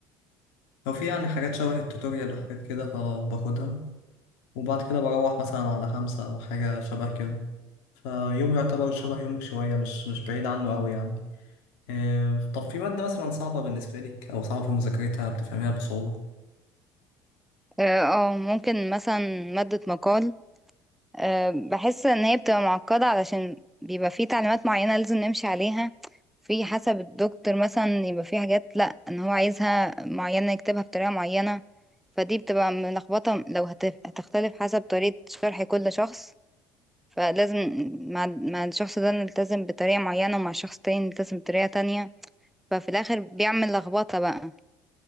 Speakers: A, on the left; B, in the centre.
A: لو في يعني حاجات شبه التوتوريال وحاجات كده فباخدها وبعد كده بروح مثلا على خمسة أو حاجة شبه كده فيوم يعتبر شبه يومك شوية مش مش بعيد عنه أوي يعني آه، طب في مادة مثلا صعبة بالنسبة لك أو صعبة في مذاكرتها بتفهميها بصعوبة؟
B: اه آه، ممكن مثلا مادة مقال أه بحس ان هي بتبقى معقدة علشان بيبقى في تعليمات معينة لازم نمشي عليها في حسب الدكتور مثلا يبقى في حاجات لا ان هو عايزها معينة يكتبها بطريقة معينة فدي بتبقى ملخبطة لو هت- هتختلف حسب طريقة شرح كل شخص فلازم مع مع الشخص ده نلتزم بطريقة معينة ومع شخص تاني نلتزم بطريقة تانية ففي الاخر بيعمل لخبطه بقى